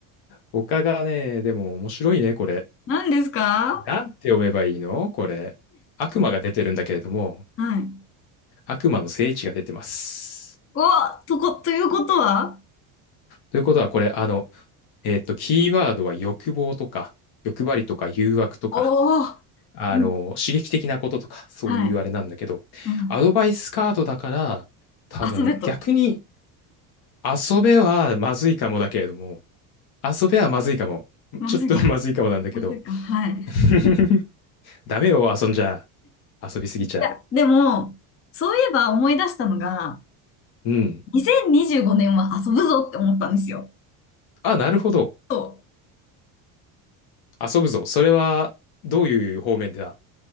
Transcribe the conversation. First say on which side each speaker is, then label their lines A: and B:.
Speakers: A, on the left; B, on the left.
A: 他がね、でも面白いね、これ。
B: 何ですか
A: なんて読めばいいのこれ。悪魔が出てるんだけれども、
B: はい。
A: 悪魔の聖地が出てます。
B: お、とこ、ということは
A: ということは、これ、あの、えっと、キーワードは欲望とか、欲張りとか、誘惑とか、
B: おおー、
A: あの、
B: うん、
A: 刺激的なこととか、そういうあれなんだけど、
B: はい。うん、
A: アドバイスカードだから、多分、
B: 遊べと。
A: 逆に、遊べはまずいかもだけれども、遊べはまずいかも。
B: まずいか。
A: ちょっと <laughs> まずいかもなんだけど、
B: まずいか。はい。い
A: <laughs> ダメよ、遊んじゃ、遊びすぎちゃ。
B: や、でも、そういえば思い出したのが、
A: うん。
B: 2025年は遊ぶぞって思ったんですよ。
A: あ、なるほど。
B: と。
A: 遊ぶぞ。それは、どういう方面でだ